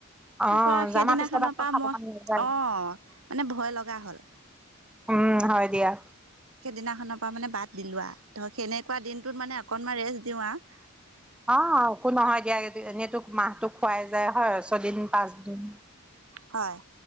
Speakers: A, in the centre; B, on the right.
A: অ
B: তাৰ পৰা
A: জানা
B: সেইদিনাখনৰ
A: পিছত আকৌ
B: পৰা
A: খাব
B: মই,
A: মন নাযায়
B: অ' মানে ভয় লগা হ'ল।
A: উম, হয় দিয়া।
B: সেইদিনাখনৰ পৰা মানে বাদ দিলোঁ আৰু ধৰক সেনেকুৱা দিনটোত মানে অকনমান ৰেষ্ট দিওঁ আহ
A: অ' একো নহয় দিয়া, এনেওটো মাহ তোক খুৱাই যায় হয়। ছয়দিন, পাঁচদিন
B: হয়,